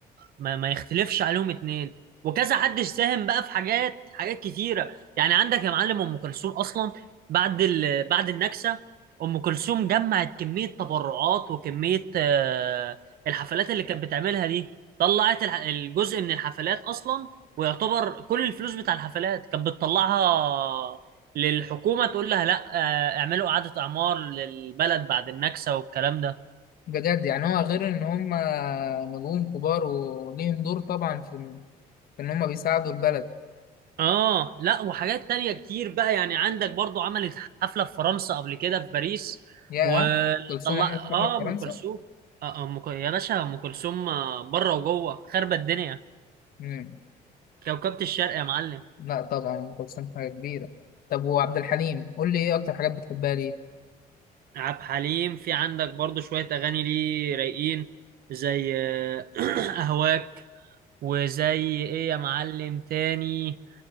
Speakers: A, on the right; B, on the left.
A: ما, ما يختلفش عليهم اتنين وكذا حد ساهم بقى في حاجات حاجات كتيره يعني عندك يا معلم ام كلثوم اصلا بعد ال... بعد النكسه ام كلثوم جمعت كميه تبرعات وكميه آه، الحفلات اللي كانت بتعملها دي طلعت الح- الجزء من الحفلات اصلا ويعتبر كل الفلوس بتاع الحفلات كانت بتطلعها للحكومه تقول لها لا آه، اعملوا اعاده اعمار للبلد بعد النكسه والكلام ده
B: بجد يعني هو غير ان هم نجوم كبار وليهم دور طبعا في ال- في ان هم بيساعدوا البلد
A: اه لا وحاجات تانية كتير بقى يعني عندك برضو عملت حفلة في فرنسا قبل كده في باريس
B: يا
A: وطلع
B: أم كلثوم عملت
A: اه
B: حفلة في فرنسا
A: ام كلثوم آه ام ك- يا باشا ام كلثوم آه، بره وجوه خربت الدنيا
B: مم.
A: كوكبة الشرق يا معلم
B: لا طبعا ام كلثوم حاجة كبيرة طب وعبد الحليم قول لي ايه اكتر حاجات بتحبها ليه
A: عبد الحليم في عندك برضو شوية اغاني ليه رايقين زي آه، <clears throat> اهواك وزي ايه يا معلم تاني